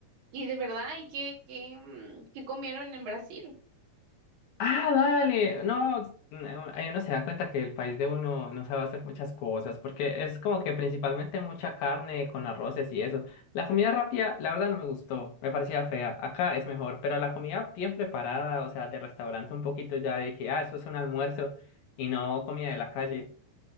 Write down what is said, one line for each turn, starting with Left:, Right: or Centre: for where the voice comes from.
Right: Y de verdad, ¿y qué, qué, mm, qué comieron en Brasil?
Left: Ah, dale. No, no, ahí uno se da cuenta que el país de uno no sabe hacer muchas cosas, porque es como que principalmente mucha carne con arroces y eso. La comida rápida, la verdad, no me gustó. Me parecía fea. Acá es mejor, pero la comida bien preparada, o sea, de restaurante un poquito ya de que, ah, eso es un almuerzo y no comida de la calle.